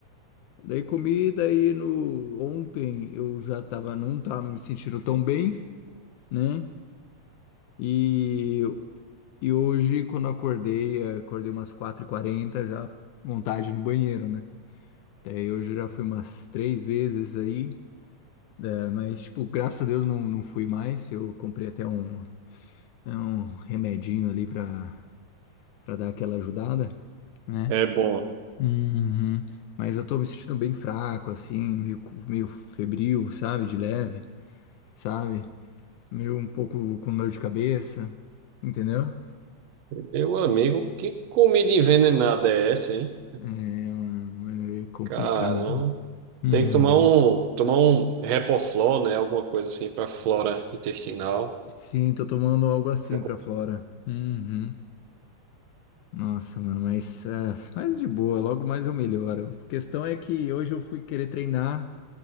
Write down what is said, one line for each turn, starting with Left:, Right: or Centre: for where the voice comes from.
Left: Daí comi, daí no ontem eu já tava, não tava me sentindo tão bem, né? E, e hoje, quando eu acordei, eh, acordei umas quatro e quarenta já vontade no banheiro, né? Daí hoje eu já fui umas três vezes aí, eh, mas, tipo, graças a Deus não, não fui mais. Eu comprei até um, é um remedinho ali pra Pra dar aquela ajudada, né?
Right: é bom.
Left: Uhum. mas eu tô me sentindo bem fraco, assim, meio, cu- meio febril, sabe? De leve, sabe? Meio um pouco com dor de cabeça, entendeu?
Right: Meu amigo, que comida envenenada é essa, hein?
Left: É, é complicado.
Right: Caramba.
Left: Uhum.
Right: Tem que tomar um, tomar um Repoflor, né? Alguma coisa assim pra flora intestinal.
Left: Sim, tô tomando algo assim
Right: É com-
Left: pra Flora. Uhum. Nossa, mano, mas, é, mas de boa, logo mais eu melhoro. A questão é que hoje eu fui querer treinar,